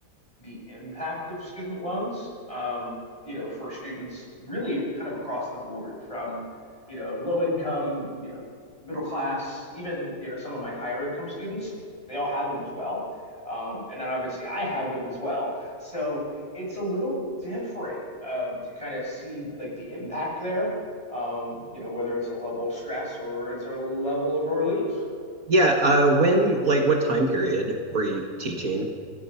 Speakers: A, on the left; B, on the right.
A: the impact of student loans, um, you know, for students really kind of across the board from, you know, low income, you know, middle class, even, you know, some of my higher income students, they all had them as well. Um, and then obviously I have them as well. So it's a little different um, to kind of see like the impact there, um, you know, whether it's a level of stress or it's a level of relief.
B: Yeah, uh, when, like, what time period were you teaching?